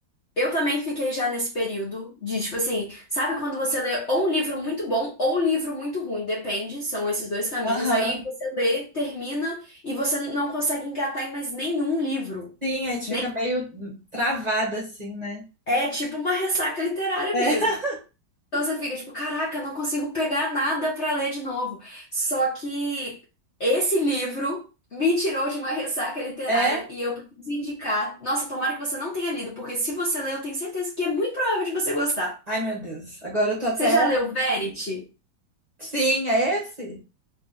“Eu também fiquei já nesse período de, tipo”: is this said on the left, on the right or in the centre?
Left